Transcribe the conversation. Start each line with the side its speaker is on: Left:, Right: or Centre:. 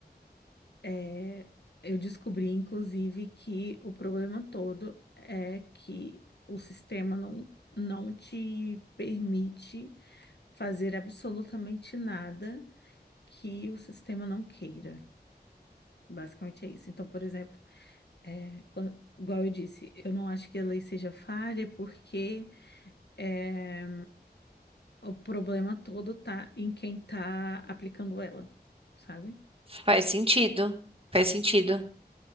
Left: é, eu descobri, inclusive, que o problema todo é que o sistema não, não te permite fazer absolutamente nada que o sistema não queira. Basicamente é isso. Então, por exemplo, é, quan- igual eu disse, eu não acho que a lei seja falha porque é, o problema todo tá em quem tá aplicando ela, sabe?
Right: Faz sentido. Faz sentido.